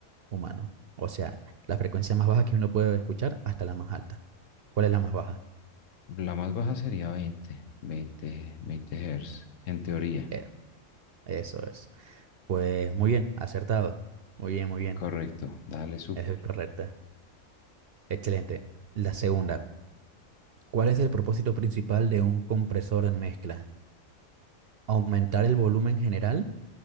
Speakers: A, on the right (about 60°); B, on the left (about 75°).
A: humano? O sea, la frecuencia más baja que uno puede escuchar hasta la más alta. ¿Cuál es la más baja?
B: La más baja sería 20, 20, 20 hertz, en teoría.
A: Eh, eso es. Pues muy bien, acertado. Muy bien, muy bien.
B: Correcto, dale, súper.
A: Eso es correcto. Excelente. La segunda. ¿Cuál es el propósito principal de un compresor en mezcla? ¿Aumentar el volumen general?